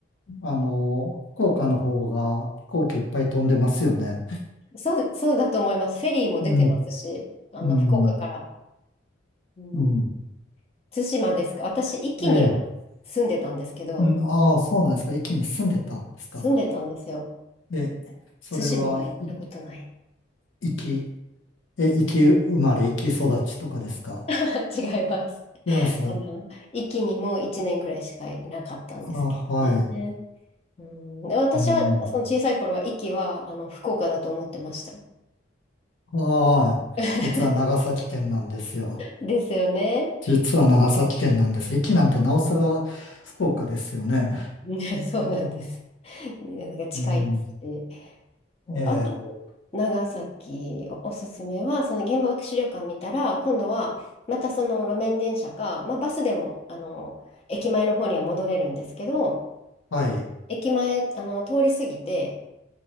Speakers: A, on the left; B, on the left.
A: あの、福岡の方が飛行機いっぱい飛んでますよね。
B: そうそうだと思います。フェリーも出てますし、
A: うん
B: あの、
A: うん、
B: 福岡から。うん、
A: うん。
B: 対馬ですか。私、壱岐には
A: ええ。
B: 住んでたんですけど、
A: うん、ああ、そうなんですか。駅に住んでたんですか。
B: 住んでたんですよ。
A: え、それは、
B: 対馬は行ったことない。
A: い、生き、え、生生まれ、生き育ちとかですか。
B: <laughs> 違います。
A: 違います。あ、
B: あの、壱岐にも1年ぐらいしかいなかったんですけどね。
A: はい。
B: ねうん、私は、
A: うん。
B: その小さい頃は、壱岐は、あの、福岡だと思ってました。
A: ああ、
B: <laughs>
A: 実は長崎県なんですよ。
B: ですよね。
A: 実は長崎県なんです。駅なんてなおさら福岡ですよね。
B: ね <laughs> そうなんです。いやなんか近いですし。
A: うん。ええ、
B: あと長崎おすすめは、その原爆資料館見たら、今度はまたその路面電車か、まあ、バスでもあの駅前の方には戻れるんですけど、
A: はい。
B: 駅前あの通り過ぎて、